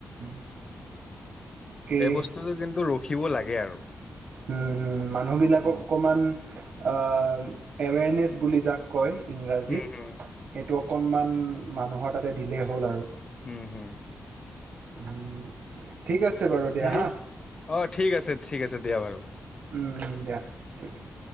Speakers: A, on the right; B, on the left.
A: <unintelligible> তাকেই
B: এই বস্তুটো কিন্তু ৰখিব লাগে আৰু।
A: উম হোম মানুহবিলাকক
B: উম,
A: অকমান। আ‌ এৱেৰনেছ বুলি যাক কয় ইংৰাজীত
B: উম, উম,
A: সেই টো অকণমান মানুহৰ তাতে দিলেই হ'ল আৰু।
B: উম হোম।
A: উম, ঠিক আছে। বাৰু দিয়া
B: হেৰি
A: হা
B: অ ঠিক আছে ঠিক আছে দিয়া বাৰু।
A: উম দিয়া ঠিক আছে।